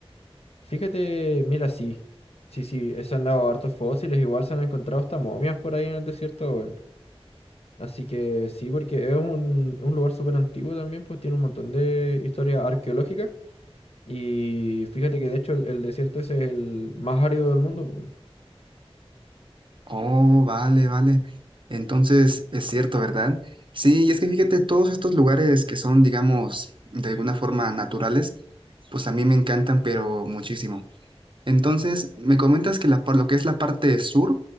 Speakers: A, on the left; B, on the right.
A: Fíjate, mira, sí. Sí, sí, eh, se han dado hartos fósiles, igual se han encontrado hasta momias por ahí en el desierto, weón. Así que sí, porque es un, un lugar súper antiguo también, pues tiene un montón de historia arqueológica. Y fíjate que de hecho el, el desierto ese es el más árido del mundo. po.
B: Oh, vale, vale. Entonces es cierto, ¿verdad? Sí, y es que fíjate, todos estos lugares que son, digamos, de alguna forma naturales, pues a mí me encantan, pero muchísimo. Entonces, me comentas que la, por lo que es la parte sur